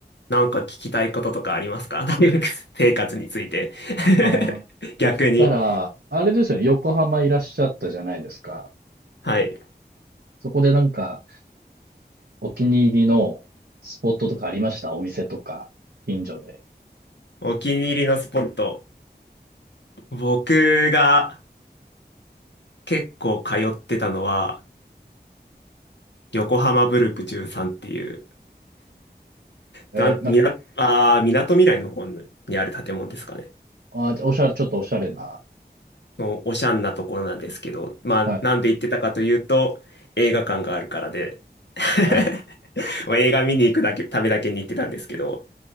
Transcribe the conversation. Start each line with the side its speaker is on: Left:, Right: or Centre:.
Left: なんか聞きたいこととかありますか <laughs> 大学生活について
Right: ああ、
Left: <laughs> 逆に。
Right: そしたら、あれですよね、横浜いらっしゃったじゃないですか。
Left: はい。
Right: そこでなんか、お気に入りのスポットとかありましたお店とか、近所で。
Left: お気に入りのスポット。僕が結構通ってたのは、横浜ブルク13っていう
Right: えーなんか、
Left: が、みな、あー、みなとみらいの方にある建物ですかね。
Right: あー、じゃあおしゃれ、ちょっとおしゃれな。
Left: のおしゃんなところなんですけど、まあ、
Right: はい、
Left: なんで行ってたかというと、映画館があるからで、<laughs>
Right: はい。
Left: もう映画見に行くだけ、ためだけに行ってたんですけど、